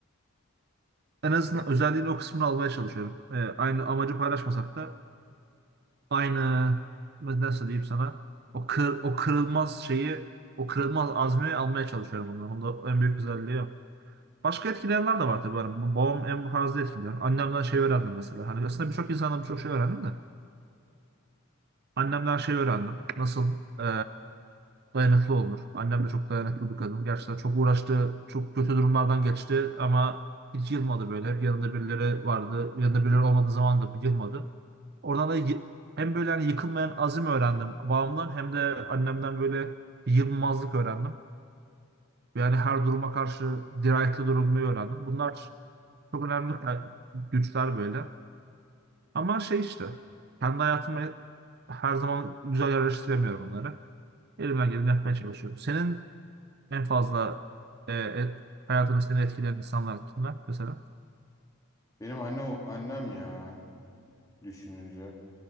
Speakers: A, on the right (about 50°); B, on the left (about 15°).
A: En azından özelliğini o kısmını almaya çalışıyorum. Ee, aynı amacı paylaşmasak da aynı nasıl diyeyim sana o kır, o kırılmaz şeyi o kırılmaz azmi almaya çalışıyorum bundan. Bunda en büyük özelliği o. Başka etkileyenler de var tabii. Yani bu- babam en fazla etkileyen. Annemden şey öğrendim mesela. Hani aslında birçok insandan birçok şey öğrendim de. Annemden şey öğrendim. Nasıl? e, Dayanıklı olur. Annem de çok dayanıklı bir kadın. Gerçekten çok uğraştı, çok kötü durumlardan geçti ama hiç yılmadı böyle. Hep yanında birileri vardı. Yanında birileri olmadığı zaman da yılmadı. Oradan da y- hem böyle hani yıkılmayan azim öğrendim babamdan hem de annemden böyle bir yılmazlık öğrendim. Yani her duruma karşı dirayetli durmayı öğrendim. Bunlar çok önemli kay- güçler böyle. Ama şey işte kendi hayatıma her zaman güzel yerleştiremiyorum bunları. Elimden geleni yapmaya çalışıyorum. Senin en fazla e, et, hayatını seni etkileyen insanlar kimler mesela?
B: Benim annem annem ya düşününce.